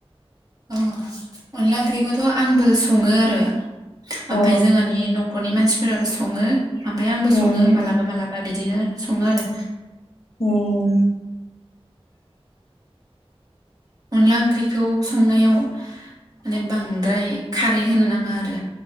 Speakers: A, on the right; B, on the left.
A: अ अनला ओंख्रिखौथ' आंबो सङो आरो। ओमफाय
B: अ
A: जोंहानि न' न'खरनि मानसिफोराबो सङो आमफाय आंबो
B: उम
A: सङो मालाबा मालाब बा बिदिनो सङो आरो।
B: उम
A: अनला ओंख्रिखौ संनायाव माने बांद्राय खारै होनो नाङा आरो।